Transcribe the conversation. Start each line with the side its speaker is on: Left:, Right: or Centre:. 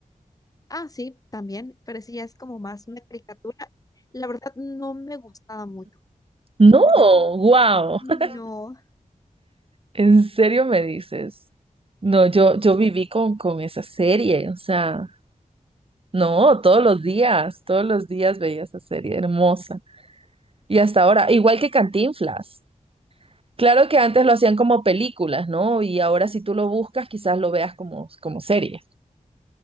Left: Ah, sí, también, pero sí, ya es como más una caricatura. La verdad, no me gustaba mucho.
Right: No, wow,
Left: No.
Right: <laughs> ¿en serio me dices? No, yo, yo viví con, con esa serie, o sea, no, todos los días, todos los días veía esa serie hermosa. Y hasta ahora, igual que Cantinflas. Claro que antes lo hacían como películas, ¿no? Y ahora si tú lo buscas, quizás lo veas como, como serie.